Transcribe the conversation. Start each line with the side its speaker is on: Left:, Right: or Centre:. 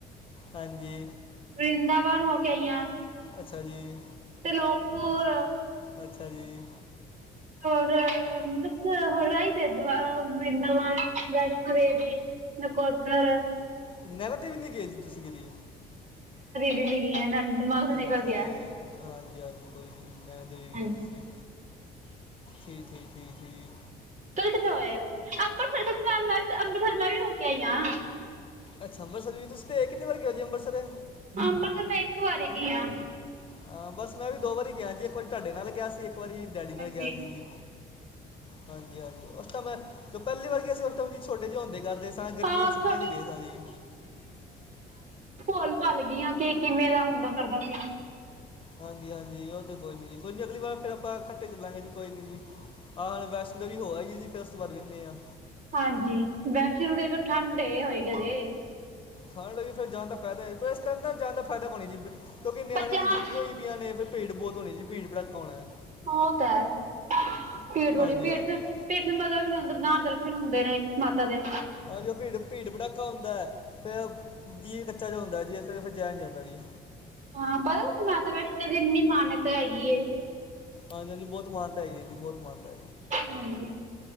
Left: ਹਾਂਜੀ,
Right: ਵਰਿੰਦਾਵਨ ਹੋ ਕੇ ਆਈ ਆਂ।
Left: ਅੱਛਾ ਜੀ,
Right: ਤੇ ਲੋਗਪੁਰ
Left: ਅੱਛਾ ਜੀ,
Right: ਹੋਰ ਬਸ ਹਰਈ ਤੇਦ ਵਰਿਦਾਵਨ ਵੈਸ਼ਨੋ ਦੇਵੀ, ਨਾਕੋਦਰ,
Left: ਨੇਨਾ ਦੇਵੀ ਤੇ ਵੀ ਨੀ ਗਏ ਜੀ, ਤੁਸੀਂ ਕਦੀ?
Right: ਹੈਗੀ ਆ। ਦਿਮਾਗ ਤੋਂ ਨਿਕਲ
Left: ਅੱਛਾ
Right: ਗਿਆ।
Left: ਜੀ, ਹਾਂਜੀ-ਹਾਂਜੀ ਕੋਈ ਨੀ ਮੈਂ ਦੇਵੀ
Right: ਹਾਂਜੀ।
Left: ਗਏ ਸੀ। ਠੀਕ-ਠੀਕ-ਠੀਕ-ਠੀਕ,
Right: ਕੱਲ ਕਿੱਥੇ ਆਏ ਹੋ, ਅੰਮ੍ਰਿਤਸਰ ਮੈਂ ਮੈਂ ਅੰਮ੍ਰਤਸਰ ਮੈਂ ਵੀ ਹੋ ਕੇ ਆਈ ਆ।
Left: ਅੱਛਾ ਅੰਮ੍ਰਿਤਸਰ ਵੀ ਤੁਸੀਂ ਕਿੰਨੀ ਵਾਰੀ ਗਏ ਔ ਜੀ ਅੰਮ੍ਰਿਤਸਰ,
Right: ਅੰਬਰਸਰ ਮੈਂ ਇੱਕ ਵਾਰੀ ਗਈ ਆ।
Left: ਹਾਂ ਬਸ ਮੈਂ ਵੀ ਦੋ ਵਾਰੀ ਗਿਆ ਜੀ, ਇੱਕ ਵਾਰੀ ਤੁਹਾਡੇ ਨਾਲ ਗਿਆ ਸੀ ਇੱਕ ਇੱਕ ਵਾਰੀ ਡੈਡੀ
Right: ਹਾਂਜੀ
Left: ਨਾਲ ਗਿਆ ਸੀ, ਜੀ ਹਾਂਜੀ-ਹਾਂਜੀ ਉਸਦਾ ਮੈਂ ਜੋ ਪਹਿਲੀ ਵਾਰ ਗਿਆ ਸੀ। ਜੀ ਛੋਟੇ ਜਿਹੇ ਹੁੰਦੇ ਕਰਦੇ, ਸਾਂ ਗਰਮੀ
Right: ਹਾਂ
Left: ਦੀ ਛੁਟੀਆਂ
Right: ਛੋ
Left: ਚ ਗਏ ਸਾਂ ਜੀ।
Right: ਭੁਲ-ਭੱਲ ਗਈਆਂ ਕਿ ਕਿਵੇਂ ਦਾ ਹੁੰਦਾ ਕਰਦਾ ਸੀ।
Left: ਹਾਂਜੀ-ਹਾਂਜੀ, ਉਹ ਤੇ ਕੋਈ ਨੀ ਜੀ ਕੋਈ ਨੀ ਅਗਲੀ ਵਾਰ ਫੇਰ ਆਪਾਂ ਖੱਟੇ ਚੱਲਾਂਗੇ ਜੀ। ਕੋਈ ਨੀ ਜੀ ਆਹ ਹੁਣ ਵੈਸ਼ਨੋ ਦੇਵੀ ਹੋਆ, ਜੀ ਫੇਰ ਉਸ ਤੋਂ ਬਾਅਦ ਵੀ ਇਨਦੇ ਆ।
Right: ਹਾਂਜੀ, ਵੈਸ਼ਨੋ ਦੇਵੀ ਠੰਡ ਹੋਏਗੀ ਹਲੇ।
Left: ਖਾਣ ਲੱਗੀ ਫੇਰ ਜਾਣ ਦਾ ਫਾਇਦਾ, ਪਰ ਇਸ ਤਰ੍ਹਾਂ ਦਾ ਜਾਣ ਦਾ ਫਾਇਦਾ ਪਾਣੀ ਜੀ। ਕਿਉਂਕਿ ਨਿਆਣਿਆਂ
Right: ਬੱਚੇ
Left: ਦੀ
Right: ਹਾਂ
Left: ਛੁੱਟੀਆਂ ਹੋਈ ਨੇ ਫੇਰ ਭੀੜ ਬਹੁਤ ਹੋਣੀ ਜੀ ਭੀੜ ਭੜਾਕ ਬਹੁਤ ਹੋਣਾ।
Right: ਉਹ ਤਾਂ ਹੈ ਭੀੜ ਬੜੀ
Left: ਹਾਂਜੀ
Right: ਭੀੜ
Left: ਹਾਂਜੀ
Right: ਚ ਪੀੜ ਚ ਮ ਵੀ ਨੀ ਹੁੰਦਾ। ਦ ਹੁੰਦੇ ਨੇ ਮਾਤਾ ਦੇ,
Left: ਹਾਂਜੀ, ਉਹ ਭੀੜ ਭੀੜ ਪਟਾਕਾ ਹੁੰਦਾ ਹੈ, ਫੇਰ ਜੀਅ ਕੱਚਾ ਜਿਹਾ ਹੁੰਦਾ ਜੀ ਇਸ ਕਰਕੇ ਫਿਰ ਜਾਇਆ ਨੀ ਜਾਂਦਾ ਜੀ।
Right: ਹਾਂ ਪਤਾ ਮਾਤਾ ਵੈਸ਼ਨੋ ਦੇ ਇੰਨੀ ਮਾਨਤਾ ਹੈਗੀ ਐ।
Left: ਹਾਂਜੀ-ਹਾਂਜੀ, ਬਹੁਤ ਮਾਨਤਾ ਹੈਗੀ ਐ, ਜੀ ਬਹੁਤ ਮਾਨਤਾ
Right: ਹਾਂਜੀ